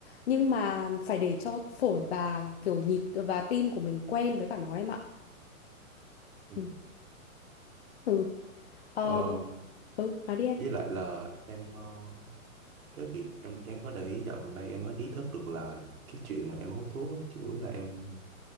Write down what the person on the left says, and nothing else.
Nhưng mà phải để cho phổi và kiểu nhịp và tim của mình quen với cả nó em ạ.
Ừ. Ừ. Ờ,
ừ, nói đi em.